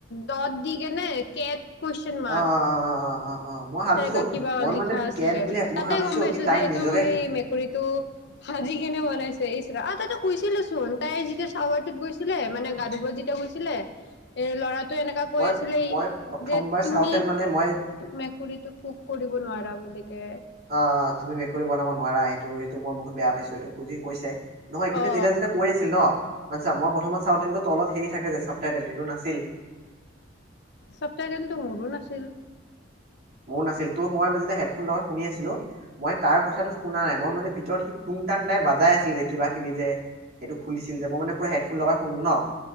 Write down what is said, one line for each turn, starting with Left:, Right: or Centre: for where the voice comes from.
Left: দত দি কেনে কেত কুউছন মাক
Right: অ অ অ অ মই ভাবিছো
Left: তেনেকাত কিবা
Right: মই
Left: লিখা
Right: মানে
Left: আছিল
Right: কেট বুলি মই
Left: তাতে
Right: ভাবিছো
Left: গম পাইছো
Right: কি তাই
Left: যে এইটো
Right: নিজকে
Left: সেই মেকুৰীটো ভাজি কেনে বনাই তা কৈছিলে চোন তাই যেতিয়া চাৱাৰ টোত গৈছিলে মানে গা ধুব যেতিয়া গৈছিলে এৰ ল'ৰা ত' এনেকা কৈ
Right: মই
Left: আছিলেই
Right: মই প্ৰথমবাৰ
Left: যে তুমি
Right: চাওঁতেন মানে মই
Left: মেকুৰীটো পোক কৰিব নোৱাৰা বুলি কে।
Right: অ', তুমি মেকুৰী বনাব নোৱাৰা সেইটো সেইটো মই বহুত বেয়া পাইছোঁ এইটো খুজি কৈছে। নহয় কিন্তু
Left: অ
Right: তেতিয়া যেতিয়া কৈ আছিল ন'। মানছা মই প্ৰথমত চাওঁ তেন্তে তলত হেৰি থাকে যে চাপটাইটেল সেইটো নাছিল।
Left: চবটাইটেলটো মোৰো নাছিল।
Right: মোৰ নাছিল ত' মই ম যেতিয়া হেডফোন লগাই শুনি আছিলোঁ। মই তাৰ কথাটো শুনা নাই, মই মানে ভিতৰত সি টুং টাং তাই বাজাই আছ ছিল যে কিবা কিবি যে সেইটো খুলিছিল যে, মই মানে পুৰা হেডফোন লগাই শুন ন'।